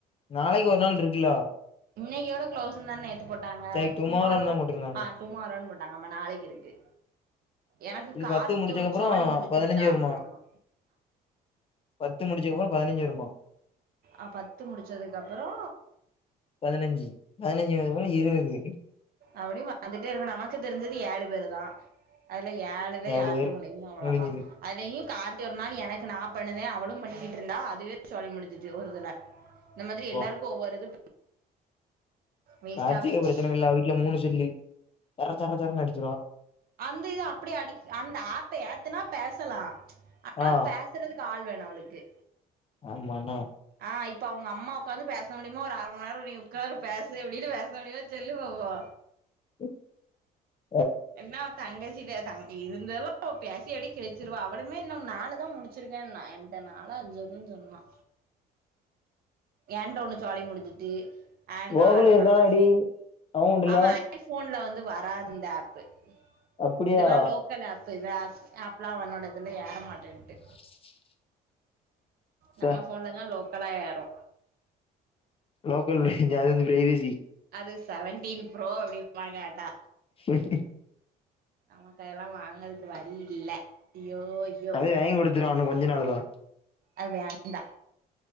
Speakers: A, on the left; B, on the right.
A: நாளைக்கு ஒரு நாள் இருக்குலே
B: இன்னைக்கோட க்ளோஸ் தானே நேத்து போட்டாங்க
A: சரி டுமாரோன்னு
B: டுமாரோ
A: தான் போட்ருந்தாங்க.
B: ஆ டுமாரோன்னு போட்டாங்க அப்ப நாளைக்கு இருக்கு எனக்கு
A: இது
B: கார்த்தியோட
A: பத்து முடிச்சக்கப்புறம்
B: சோடி முடிச்சுட்டா
A: பதினஞ்சு வருமா?
B: ஆமா
A: பத்து முடிஞ்சுருவா பதினஞ்சு வருமா
B: அ பத்து முடிச்சதுக்கு அப்பறோ
A: பதினஞ்சு பதினஞ்சு வரு இருபது
B: அப்படியே பந்துட்டே இருக்கணு நமக்கு தெரிஞ்சது ஏழு பேரு தா அதுல ஏழு தா
A: நாலு
B: ஆட்டு
A: பேரு
B: முடியு அவ்வளதா
A: முடிஞ்சுது.
B: அதையு கார்த்தி ஒரு நாள் எனக்கு நா பண்ணதே அவளும் பண்ணிக்கிட்டு இருந்தா அதுவே சோலி முடிஞ்சிச்சு ஒருதுல
A: <inaudible>
B: இந்த மாதிரி
A: போ
B: எல்லாருக்கு ஒவ்வொரு இது வேஸ்டா
A: கார்த்திக்
B: போயிச்சு
A: பிரச்சன இல்ல அவ வீட்ல மூணு செல்லு சர சர சரன்னு அடிச்சிருவா
B: அந்த இது அப்படியே அடி அந்த ஆப்ப ஏத்தனா பேசலா ஆனா
A: ஆ
B: பேச றதுக்கு ஆள் வேணு அவளுக்கு
A: ஆமாண்ணா
B: ஆ இப்ப அவங்க அம்மா உக்காந்து பேச முடியுமோ ஒரு அர மண் நேரம் நீ உட்காந்து பேசு எப்டின்னு பேச முடியுமா சொல்லு பாப்போ
A: <unintelligible>
B: என்ன தங்கச்சி பேச அங்க இருந்தாலோ பேசி எப்படி கிடைச்சிருவா அவளமே இன்னு நாலு தா முடிச் சிருக்கேன் நா என்ட நாளோ அஞ்சோதான் சொன்ன
A: <unintelligible>
B: ஏன்டோ ஒன்னு சோலி முடிஞ்சுட்டு ஆண்ட்ரோ
A: கோகுலு
B: அரன்னாங்க
A: இருக்கானாடி அவ உண்டுல
B: ஆமா ஐபோன்ல வந்து வராது இந்த ஆப்பு
A: அப்டியா
B: இதெல்லா லோக்கல் ஆப் இப்ப இத ஆப்லா அவனோட இதுல ஏற மாட்டேன்ட்டு
A: <unintelligible> ச
B: நம்ம போன்ல தா லோக்கலா ஏரு
A: லோக்கல் அது வந்து பிரைவேசி
B: அது செவன்டீன் ப்ரோ அப்டிமாங்க அதா
A: செர்
B: நமக்கு அதெல்லா வாங்கரதுக்கு வழி இல்ல ஐயோ ஐயோ
A: அதையு வாங்கி குடுத்துருவே இன்னு கொஞ்ச நாளு தா
B: அது வேண்டா